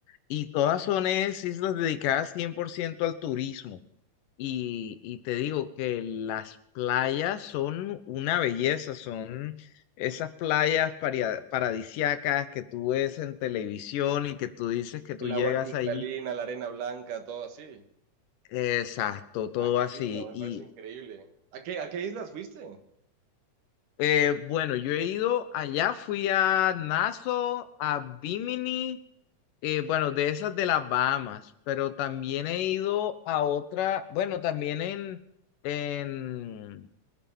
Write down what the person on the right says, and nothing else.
El
agua cristalina,
la arena blanca, todo así.
Ah, qué
lindo, me
parece increíble. ¿A qué, a qué islas fuiste?